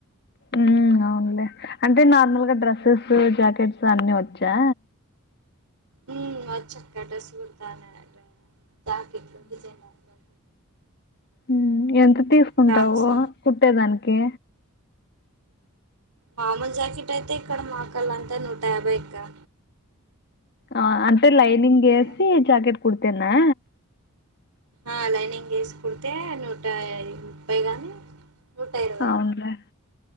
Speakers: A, on the left (about 50°); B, on the right (about 90°).
A: మ్మ్ అవునులే అంటే నార్మల్గా డ్రెస్సెస్సు జకెట్స్ అన్ని వచ్చా
B: మ్మ్ వచ్చక్క డ్రెస్ కుడ్త <unintelligible> జాకిట్లు డిజైన్ జా బ్లౌజులు
A: మ్మ్ ఎంత తీసుకుంటావు
B: ఫ్రాక్స్
A: కుట్టేదానికి
B: మామూలు జాకిట్ అయితే ఇక్కడ మాక్కళ్ళంత నూట యాభైయాక్క
A: ఆ అంటే లైనింగ్ వేసి
B: హలో
A: జాకెట్ కుడ్తేనా
B: ఆ లైనింగ్ వేసి కుడ్తే నూట ఈ ముప్పై గాని నూట ఇరవై
A: అవునులే